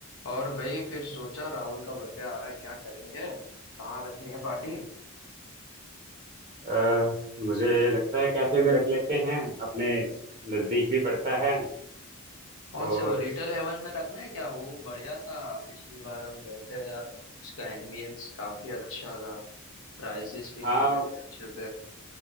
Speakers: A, on the left; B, on the right.
A: और भाई फिर सोचा राहुल का बर्थडे आ रहा है क्या करेंगे कहाँ रखनी है पार्टी
B: अ, मुझे लगता है कैफे में रख लेते हैं अपने नज़दीक भी पड़ता है
A: कौन
B: और
A: से वो लिटिल हेवन में रखना है क्या वो बढ़िया था पिछली बार हम गए थे यार उसका एम्बियंस काफी अच्छा था प्राइजेस भी
B: हाँ
A: खाने के अच्छे थे